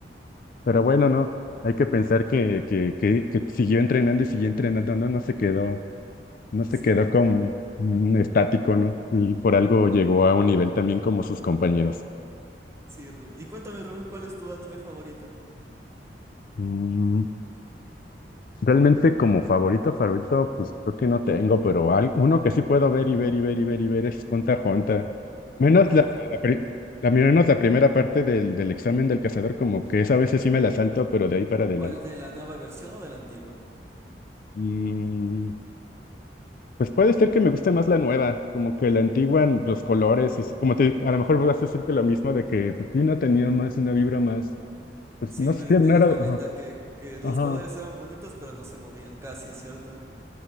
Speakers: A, on the left (about 50°); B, on the right (about 15°).
A: pero bueno, no. Hay que pensar que, que, que, que siguió entrenando y siguió entrenando, no, no se quedó, no se
B: Sí,
A: quedó
B: y,
A: como mm, estático, ¿no? Y por algo llegó a un nivel también como sus compañeros.
B: sí, Ru- Y cuéntame, Rubén, ¿cuál es tu anime favorito?
A: Mm, realmente como favorito, favorito, pues creo que no tengo, pero al- uno que sí puedo ver y ver y ver y ver y ver es Junta Jonta. Menos
B: Ah,
A: la,
B: Jun-
A: la, pri- la- menos la primera parte del, del examen del cazador, como que esa a veces sí me la salto, pero de ahí para adelante.
B: ¿cuál de la nueva versión o de la antigua?
A: Mm, Pues puede ser que me guste más la nueva, como que la antigua, n- los colores, y sí, como te, a lo mejor vas a decir que lo mismo de que pues sí, no tenía más una vibra más, pues
B: Sí,
A: no sé,
B: de, de
A: no
B: los
A: era,
B: 90
A: de- ajá,
B: que, que los
A: ajá,
B: colores eran bonitos, pero no se movían casi, ¿cierto?